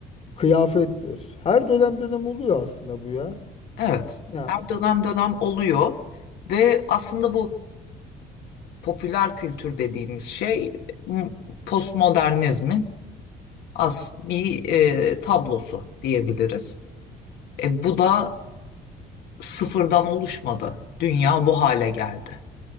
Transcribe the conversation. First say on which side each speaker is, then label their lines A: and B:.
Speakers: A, on the left (about 35°); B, on the left (about 75°).
A: kıyafettir. Her dönem dönem oluyor aslında bu ya.
B: Evet,
A: Ya
B: her dönem dönem oluyor ve aslında bu popüler kültür dediğimiz şey m- postmodernizmin as bir e, tablosu diyebiliriz. E, bu da sıfırdan oluşmadı. Dünya bu hale geldi.